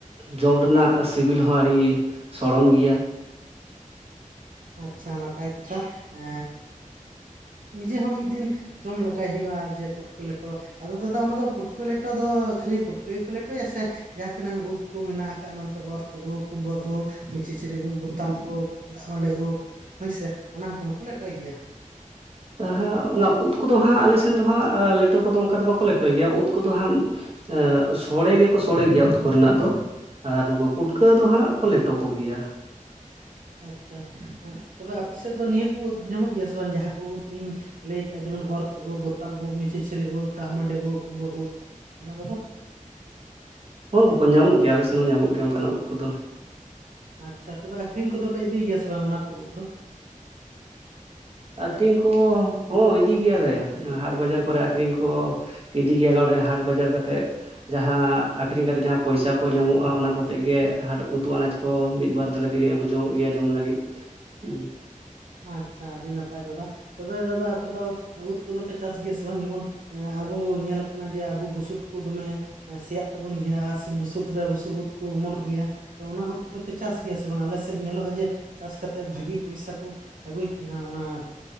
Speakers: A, on the right; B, on the right.
A: ᱡᱚᱢ ᱨᱮᱱᱟᱜ ᱥᱤᱵᱤᱞ ᱦᱚᱸ ᱟᱹᱰᱤ ᱥᱚᱲᱚᱢ ᱜᱮᱭᱟ,
B: ᱟᱪᱪᱷᱟ ᱱᱟᱯᱟᱭ ᱠᱟᱛᱷᱟ ᱮ ᱱᱤᱡᱮ ᱦᱚᱸ ᱢᱤᱫ ᱫᱤᱱ ᱡᱚᱢ ᱞᱟᱜᱟᱭ ᱦᱩᱭᱩᱜᱼᱟ ᱡᱮ ᱯᱩᱴᱠᱟᱹ ᱞᱮᱴᱚ, ᱟᱫᱚ ᱫᱟᱫᱟ ᱚᱱᱟ ᱫᱚ ᱯᱩᱴᱠᱟᱹ ᱞᱮᱴᱚ ᱫᱚ ᱠᱷᱟᱹᱞᱤ ᱯᱩᱴᱠᱟᱹ ᱜᱮᱠᱚ ᱞᱮᱴᱚᱭᱟ ᱥᱮ, ᱡᱟᱦᱟᱸ ᱛᱤᱱᱟᱹᱜ ᱩᱫ ᱠᱚ ᱢᱮᱱᱟᱜ ᱟᱠᱟᱫ ᱱᱚᱛᱮ ᱚᱨ ᱛᱩᱫ ᱠᱩᱢᱵᱟᱹ ᱩᱵ ᱢᱚᱪᱤᱪᱤᱨᱤ ᱵᱩ ᱵᱚᱛᱟᱢ ᱩᱵᱼᱼ ᱫᱟᱜ ᱢᱟᱰᱤ ᱩᱱ ᱦᱳᱭᱥᱮ ᱚᱱᱟ ᱠᱚᱦᱚᱸ ᱠᱚ ᱞᱮᱴᱚᱭ ᱜᱮᱭᱟ᱾
A: ᱚᱦᱚᱸ ᱚᱱᱟ ᱩᱫ ᱠᱚᱫᱚ ᱦᱟᱸᱜ ᱟᱞᱮ ᱥᱮᱱ ᱫᱚ ᱦᱟᱸᱜ ᱞᱮᱴᱚ ᱠᱚᱫᱚ ᱚᱱᱠᱟ ᱫᱚ ᱵᱟᱠᱚ ᱞᱮᱴᱚᱭ ᱜᱮᱭᱟ ᱩᱫ ᱠᱚᱫᱚ ᱦᱟᱸᱜ ᱟᱹ ᱥᱚᱲᱮ ᱜᱮ ᱠᱚ ᱥᱚᱲᱮ ᱜᱮᱭᱟ ᱩᱛ ᱠᱚᱨᱮᱱᱟᱜ ᱫᱚ ᱟᱨ ᱱᱩᱠᱩ ᱯᱩᱴᱠᱟᱹ ᱫᱚ ᱦᱟᱸᱜ ᱠᱚ ᱞᱮᱴᱚ ᱠᱚᱜᱮᱭᱟ᱾
B: ᱟᱪᱪᱷᱟ ᱛᱚᱵᱮ ᱟᱯᱮ ᱥᱮᱫ ᱫᱚ ᱱᱤᱭᱟᱹ ᱠᱚ ᱩᱫ ᱧᱟᱢᱚᱜ ᱜᱮᱭᱟ ᱥᱮ ᱵᱟᱝ ᱡᱟᱦᱟᱸ ᱠᱚ ᱩᱫ ᱤᱧ ᱞᱟᱹᱭ ᱠᱟᱜᱼᱟ ᱡᱮᱢᱚᱱ ᱚᱨᱚᱛᱩ ᱩᱫ ᱵᱚᱛᱟᱢ ᱩᱫ ᱢᱩᱪᱷᱤᱪᱷᱤᱨᱤ ᱩᱫ ᱫᱟᱜ ᱢᱟᱹᱰᱤ ᱩᱫ ᱠᱩᱢᱵᱟᱹ ᱩᱫ ᱚᱱᱟ ᱠᱚᱫᱚ
A: ᱦᱚᱸ ᱵᱚᱠᱚᱧ ᱧᱟᱢᱚᱜ ᱜᱮᱭᱟ ᱟᱞᱮ ᱥᱮᱱ ᱦᱚᱸ ᱧᱟᱢᱚᱜ ᱜᱮᱭᱟ ᱚᱱᱠᱟᱱᱟᱜ ᱩᱫ ᱠᱚᱫᱚ
B: ᱟᱪᱪᱷᱟ ᱛᱚᱵᱮ ᱟᱠᱠᱷᱨᱤᱧ ᱠᱚᱫᱚ ᱯᱮ ᱤᱫᱤᱭ ᱜᱮᱭᱟ ᱥᱮ ᱵᱟᱝ ᱚᱱᱟ ᱠᱚ ᱩᱫ ᱫᱚ
A: ᱟᱹᱠᱷᱨᱤᱧ ᱠᱚ ᱦᱚᱸ ᱤᱫᱤ ᱜᱮᱭᱟᱞᱮ ᱦᱟᱴ ᱵᱟᱡᱟᱨ ᱠᱚᱨᱮ ᱟᱹᱠᱷᱨᱤᱧ ᱠᱚ ᱤᱫᱤ ᱜᱮᱭᱟ ᱞᱮ ᱚᱸᱰᱮ ᱦᱟᱴ ᱵᱟᱡᱟᱨ ᱠᱟᱛᱮᱫ ᱡᱟᱦᱟᱸ ᱟᱹᱠᱷᱨᱤᱧ ᱠᱟᱛᱮ ᱡᱟᱦᱟᱸ ᱯᱚᱭᱥᱟ ᱠᱚ ᱧᱟᱢᱚᱜᱼᱟ ᱚᱱᱟ ᱠᱚᱛᱮ ᱜᱮ ᱦᱟᱴ ᱩᱛᱩ ᱟᱱᱟᱡᱽ ᱠᱚ ᱠᱚ ᱢᱤᱫ ᱵᱟᱨ ᱫᱚᱞᱮ ᱠᱤᱨᱤᱧ ᱟᱹᱜᱩ ᱡᱚᱝ ᱼᱚᱜ ᱜᱮᱭᱟ ᱡᱚᱢ ᱞᱟᱹᱜᱤᱫ ᱦᱚᱸ
B: ᱟᱪᱪᱷᱟ ᱟᱹᱰᱤ ᱱᱟᱯᱟᱭ ᱫᱟᱫᱟ ᱛᱚᱵᱮ ᱫᱟᱫᱟ ᱟᱯᱮ ᱫᱚ ᱩᱫ ᱠᱚᱫᱚᱯᱮ ᱪᱟᱥ ᱜᱮᱭᱟ ᱥᱮ ᱵᱟᱝ ᱡᱮᱢᱚᱱ ᱟᱵᱚ ᱧᱮᱞ ᱟᱠᱟᱱᱟ ᱡᱮ ᱟᱵᱚ ᱵᱩᱥᱩᱵ ᱠᱚ ᱫᱚᱢᱮ ᱥᱮᱭᱟᱜ ᱛᱟᱵᱚᱱ ᱜᱮᱭᱟ ᱟᱨ ᱥᱮ ᱵᱩᱥᱩᱵ ᱨᱮ ᱵᱩᱥᱩᱵ ᱩᱫ ᱠᱚ ᱚᱢᱚᱱᱚᱜ ᱜᱮᱭᱟ ᱛᱚ ᱚᱱᱟ ᱩᱫ ᱠᱚᱫᱚᱯᱮ ᱪᱟᱥ ᱜᱮᱭᱟ ᱥᱮ ᱵᱟᱝ ᱟᱞᱮ ᱥᱮᱫ ᱧᱮᱞᱚᱜᱼᱟ ᱡᱮ ᱪᱟᱥ ᱠᱟᱛᱮᱜ ᱵᱷᱟᱹᱜᱤ ᱯᱚᱭᱥᱟ ᱠᱚ ᱟᱹᱜᱩᱭᱮᱫ ᱛᱟᱦᱮᱱᱟ ᱚᱱᱟ